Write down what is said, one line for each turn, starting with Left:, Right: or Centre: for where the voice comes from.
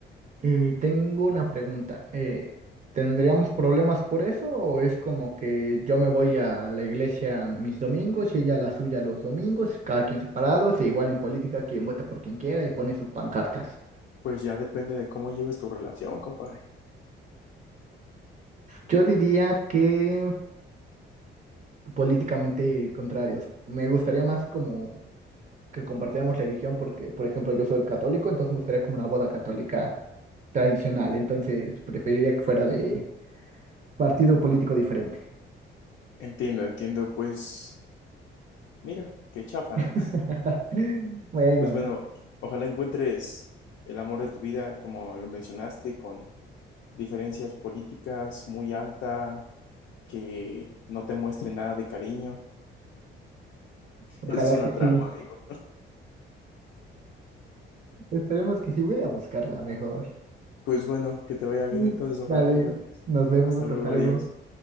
Right: Y tengo una pregunta. eh, ¿tendríamos problemas por eso o es como que yo me voy a la iglesia mis domingos y ella a la suya los domingos, cada quien separados, e igual en política quien vota por quien quiera y pone sus pancartas?
Left: Pues ya depende de cómo lleves tu relación, compadre.
Right: Yo diría que políticamente contrarios. Me gustaría más como que compartiéramos religión porque, por ejemplo, yo soy católico, entonces me gustaría como una boda católica tradicional, entonces preferiría que fuera de partido político diferente.
Left: Entiendo, entiendo, pues mira, qué chafa,
Right: <laughs>
Left: ¿no?
Right: Bueno,
Left: Pues bueno, ojalá encuentres el amor de tu vida, como lo mencionaste, con diferencias políticas muy alta, que no te muestre nada de cariño.
Right: ojalá
Left: Eso es una
Right: que
Left: trama,
Right: sí.
Left: amigo.
Right: Esperemos que sí. Voy a ir a buscarla mejor.
Left: Pues bueno, que te vaya bien
Right: <laughs>
Left: entonces, ojalá
Right: Dale,
Left: la encuentres.
Right: nos vemos.
Left: Hasta luego,
Right: Hasta luego.
Left: adiós.